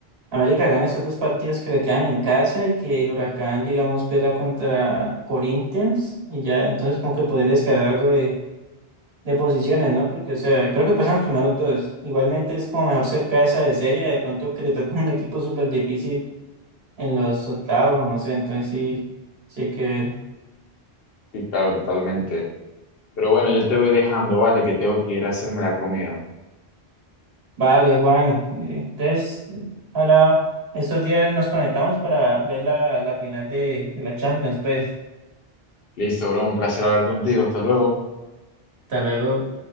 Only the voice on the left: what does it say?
Sí, claro, totalmente. Pero bueno, yo te voy dejando, vale, que tengo que ir a hacerme la comida.
Listo, bro, un placer hablar contigo. Hasta luego.